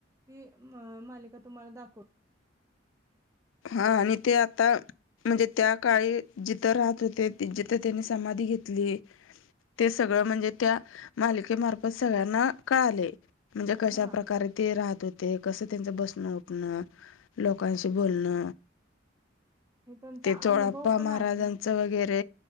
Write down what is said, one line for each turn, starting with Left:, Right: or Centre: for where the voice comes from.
Right: ती मा मालिका तुम्हाला दाख''--''
Left: हा आणि ते आता. म्हणजे त्या काळी जिथं राहत होते जिथं त्यांनी समाधी घेतली. ते सगळं म्हणजे त्या मालिकेमार्फत सगळ्यांना कळालेय. म्हणजे कशा
Right: हा
Left: प्रकारे ते राहत होते कस त्यांच बसणं उठणं लोकांशी. बोलणं
Right: आणि त्यांचा
Left: ते चोळप्पा
Right: अनुभव पण
Left: महाराजांचं.
Right: आहे ना
Left: वगैरे